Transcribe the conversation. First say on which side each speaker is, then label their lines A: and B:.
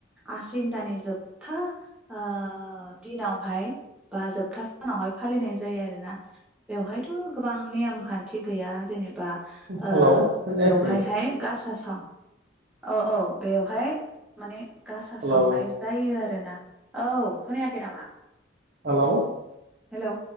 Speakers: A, in the centre; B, on the right.
A: आसिन दाननि जोबथा ओ दिनावहाय बा जोबथा सानावहाय फालिनाय जायो आरोना बेवहायथ' गोबां नेम खान्थि गैया जेनेबा बा ओ
B: हेलौ खोनायाखै
A: बेवहाय हाय गासा साव थां औ औ बेवहाय माने गासा
B: हेलौ
A: सावनाय जायो आरोना औ खोनायाखै नामा?
B: हेलौ
A: हेलौ